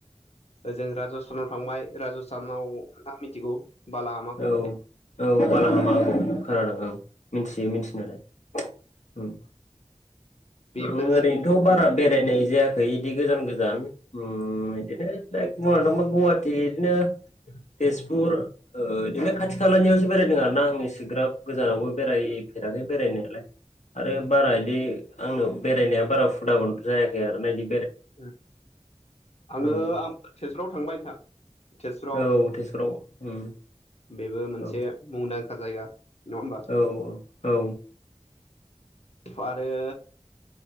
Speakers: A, on the left; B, on the left.
A: ओजों राजस्थानाव थांबाय। राजस्थानाव <unintelligible> मिथिगौ बालाहामाखौ
B: औ औ बालाहामाखौ खोनादों औ मिनथियो मिनथिनायालाय उम
A: बेफोर
B: आं
A: जायगायाव
B: ओरैनोथ' बारा बेरायनाय जायाखै इदि गोजान गोजान उम इदिनो <unintelligible> गुवाटि इदिनो- तेजपुर ओ बिदिनो खाथि खालानियावसो बेरायदों आर ना आं एसेग्राब गोजानावबो बेराय फेराखै बेरायनायालाय आरो बारा बिदि आंनाव बेरायनाया बारा हुदा जायाखै आरो ना इदि
A: ओम आङो
B: औ
A: आं तेजपुराव थांबाय नोंथां तेजपुराव।
B: औ तेजपुराव उम
A: बेबो मोनसे
B: औ
A: मुंदांखा जायगा। नङा होमबा
B: औ औ औ
A: आरो